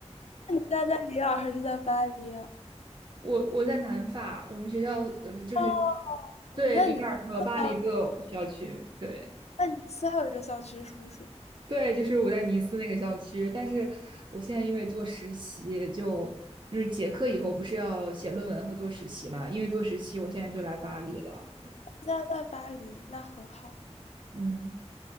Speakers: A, on the left; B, on the right.
A: 那你现在在里尔还是在巴黎啊？
B: 我我在南法，我们学校呃就是
A: 哦，你们在尼你还有，
B: 对里尔和巴黎都有校区，对
A: 那你斯还有一个校区是不是？
B: 对，就是我在尼斯那个校区，但是我现在因为做实习就。因为结课以后不是要写论文和做实习嘛，因为做实习，我现在就来巴黎了。
A: 现在在巴黎，那很好。
B: 嗯，